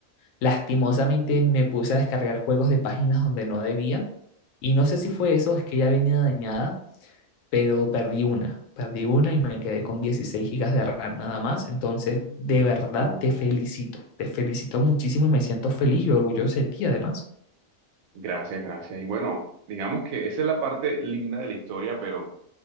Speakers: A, on the left; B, on the right.
A: Lastimosamente me puse a descargar juegos de páginas donde no debía y no sé si fue eso, es que ya venía dañada, pero perdí una, perdí una y me quedé con 16 gigas de RAM nada más. Entonces,
B: Mm.
A: de verdad
B: No.
A: te felicito, te felicito muchísimo y me siento feliz y orgulloso de ti además.
B: Gracias, gracias. Y bueno, digamos que esa es la parte linda de la historia, pero